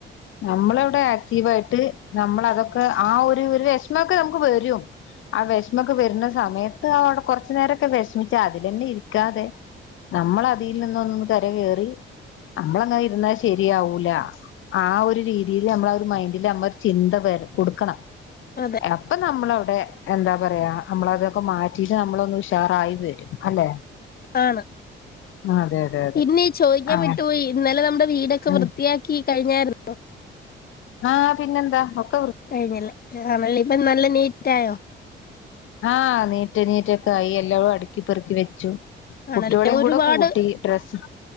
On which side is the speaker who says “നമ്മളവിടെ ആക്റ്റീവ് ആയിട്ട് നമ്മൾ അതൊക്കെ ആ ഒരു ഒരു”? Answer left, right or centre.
Left